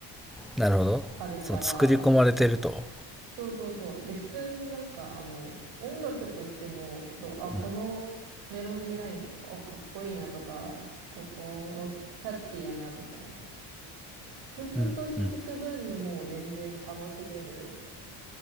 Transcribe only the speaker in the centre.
なるほど。
そう作り込まれてると。
う
んうんうん